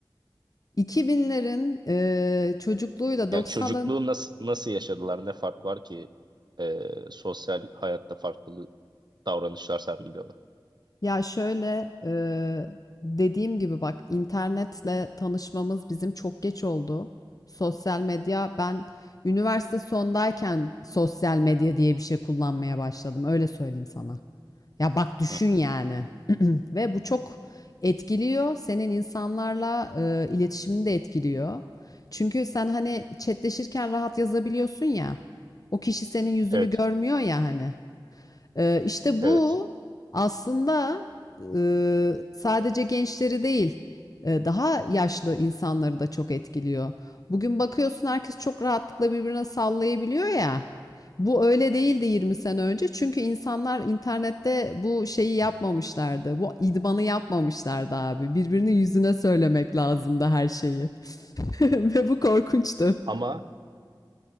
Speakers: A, on the left; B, on the right.
A: 2000'lerin e, çocukluğuyla
B: Ya
A: 90'ların
B: çocukluğu nasıl nasıl yaşadılar? Ne fark var ki e, sosyal hayatta farklı davranışlar sergiliyorlar?
A: Ya şöyle eee, dediğim gibi bak internetle tanışmamız bizim çok geç oldu. Sosyal medya ben üniversite sondayken sosyal medya diye bir şey kullanmaya başladım. Öyle söyleyeyim sana. Ya bak düşün
B: Hı hı.
A: yani. <clears throat> Ve bu çok etkiliyor. Senin insanlarla e, iletişimini de etkiliyor. Çünkü sen hani chatleşirken rahat yazabiliyorsun ya. O kişi senin yüzünü
B: Evet,
A: görmüyor ya hani. Ee, işte
B: evet.
A: bu aslında e, sadece gençleri değil, e, daha yaşlı insanları da çok etkiliyor. Bugün bakıyorsun herkes çok rahatlıkla birbirine sallayabiliyor ya. Bu öyle değildi 20 sene önce. Çünkü insanlar internette bu şeyi yapmamışlardı. Bu idmanı yapmamışlardı abi. Birbirinin yüzüne söylemek lazımdı her şeyi. <laughs> Ve bu korkunçtu.
B: Ama